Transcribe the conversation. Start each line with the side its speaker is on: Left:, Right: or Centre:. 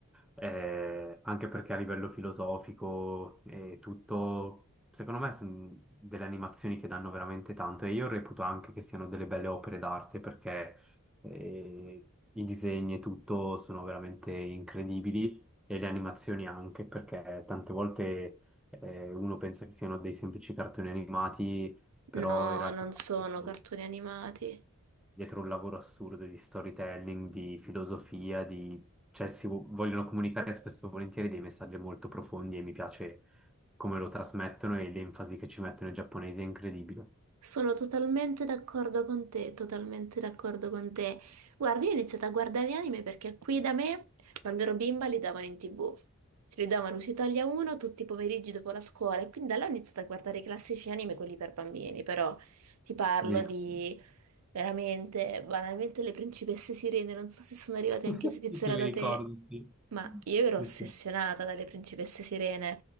Centre: eh, anche perché a livello filosofico e tutto, secondo me sono delle animazioni che danno veramente tanto e io reputo anche che siano delle belle opere d'arte perché eh, i disegni e tutto sono veramente incredibili e le animazioni anche perché tante volte eh, uno pensa che siano dei semplici cartoni animati però
Right: No,
Centre: in realtà
Right: non sono
Centre: dietro,
Right: cartoni animati.
Centre: dietro un lavoro assurdo di storytelling, di filosofia, di... cioè si vo- vogliono comunicare spesso e volentieri dei messaggi molto profondi e mi piace come lo trasmettono e l'enfasi che ci mettono i giapponesi è incredibile.
Right: Sono totalmente d'accordo con te, totalmente d'accordo con te. Guarda, io ho iniziato a guardare gli anime perché qui da me, quando ero bimba, li davano in TV. Ce li davano su Italia 1 tutti i pomeriggi dopo la scuola e quindi da là ho iniziato a guardare i classici anime, quelli per bambini, però ti parlo
Centre: Mi
Right: di...
Centre: ric-
Right: Veramente, banalmente le principesse sirene, non so se sono arrivate
Centre: <laughs>
Right: anche in Svizzera
Centre: Sì, sì, mi
Right: da te,
Centre: ricordo, sì.
Right: ma io ero
Centre: Sì,
Right: ossessionata
Centre: sì,
Right: dalle principesse sirene.